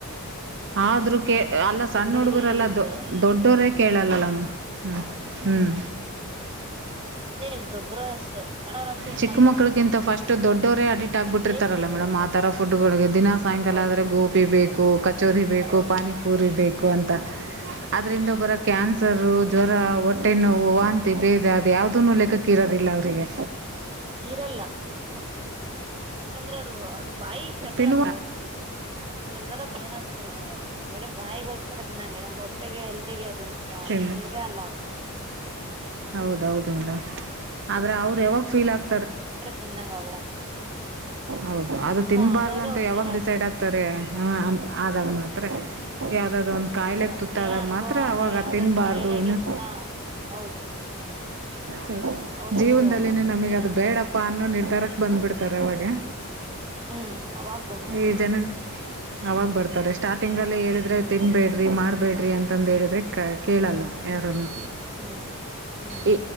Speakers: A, on the right (about 55°); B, on the right (about 25°).
A: ಆದ್ರೂ ಕ ಅಲ್ಲ ಸಣ್ಣ
B: ಗಳಿಗೆ
A: ಹುಡುಗರೆಲ್ಲ
B: ಇದ್ರೆ
A: ದೊ ದೊಡ್ಡವರೇ ಕೇಳಲ್ಲಲ್ಲ ಮೇಡಮ್ ಹ್ಮ್ ಹ್ಮ್
B: ಹ್ಮ್ ಅದೇ ದೊಡ್ಡರು ಅಷ್ಟೇ ಸಣ್ಣವರಂತೂ ಇನ್ನತ
A: ಚಿಕ್ಕ ಮಕ್ಳಗಿಂತ ಫಸ್ಟ್ ದೊಡ್ಡವರೇ ಅಡಿಟ್ ಆಗ್ಬಿಟ್ಟಿರ್ತಾರಲ್ಲ
B: ಬೇಕ್ರಿ
A: ಮೇಡಮ್
B: ಐಟಮ್ಸ್
A: ಆತರ ಫುಡ್ಗಳಿಗೆ ದಿನ ಸಾಯಂಕಾಲ
B: ಹೌದು
A: ಆದ್ರೆ ಗೋಬೀ ಬೇಕ್ <inaudible> ಚೂರಿ ಬೇಕು
B: ಹೌದು
A: ಪಾನಿಪುರಿ ಬೇಕು
B: ಹ್ಮ್
A: ಅಂತ ಅದ್ರಿಂದ
B: ಹ್ಮ್
A: ಬರೋ ಕ್ಯಾನ್ಸ ಲ್ಸರು ಜ್ವರ ಹೊಟ್ಟೆ ನೋವು ವಾಂತಿ ಬೇದಿ ಅದ್ ಯಾವುದುನು ಲೆಖಕ್ಕೆ ಇರೋದಿಲ್ಲ ಅವರಿಗೆ
B: ಇರಲ್ಲ ಹುಹು ಯಾಕಂದ್ರೆ ಅದು ಅದು ಬಾಯಿ ಚಟ
A: ತಿನ್ನುವ
B: ಅದು ಅದೊಂತರ ಏ ನ್ಂತೀರಿ ನೀವು ಬರೀ ಬಾಯಿಗೋಸ್ಕರ ತಿಂದಂಗೆ ನಮ್ ಹೊಟ್ಟೆಗೆ ಎಲ್ದಿಗೆ ಅದು
A: ತಿನ್ನು
B: ಅಲ್ವೇ ಅಲ್ಲ ಅದು ಹು ಹು
A: ಹೌದೌದು ಮೇಡಮ್ ಆದ್ರೆ ಅವರು ಯಾವಾಗ ಫೀಲ್ ಆಗ್ತ
B: ತರ ತಿಂದಾಂಗ ಅಗತ
A: ಹೌದು ಅದು ತಿನ್ಬಾರ್ದು
B: ಆದಾಗ
A: ಅಂತ
B: ಅವ್ರು
A: ಯಾವಾಗ
B: ಫೀಲ್
A: ಡಿಸೈಡ್ ಆಗ್ತಾರೆ ಹ ಅ ಆದಾಗ ಮಾತ್ರ ಯಾವುದಾದ್ರು ಒಂದು ಕಾಯಿಲೆಗೆ
B: ಅದು ತಮ್ಗೆ
A: ತುತ್ತಾದಾಗ
B: ಅನುಭವ
A: ಮಾತ್ರ
B: ಆದಾ
A: ಅವಾಗ
B: ಯಾವದಾದ್ರು
A: ತಿನ್ನಬಾರ್ದು
B: ಕಾಯಿಲೆಗೆ
A: ಇನ್ನು
B: ಹಾ ಹೌದು ಹ್ಮ್
A: ಹ
B: ಹ್ಮ್ ಅವರು
A: ಜೀವನದಲ್ಲಿನೆ ನಮಗೆ
B: ಏನಂತೀರ
A: ಅದು ಬೇಡಪ್ಪಾ ಅನ್ನೋ ನಿರ್ಧಾರಕ್ ಬಂದ್ಬಿಡ್ತಾರೆ ಅವಾಗ
B: ಹ್ಮ್ ಅವಾಗ್ ಬರ್ತಾರೆ
A: ಈ ಜನ ಅವಾಗ ಬರ್ತಾರೆ ಸ್ಟಾರ್ಟಿಂಗಲ್ಲೇ ಹೇಳಿದರೆ ತಿನ್ನಬೇಡ್ರಿ ಮಾಡಬೇಡ್ರಿ ಅಂತಂದ್ರೆ ಹೇಳಿದ್ರೆ ಕ ಕೇಳಲ್ಲ ಯಾರನ್ನು
B: ಹ್ಮ್ ಹ್ಮ್
A: ಈ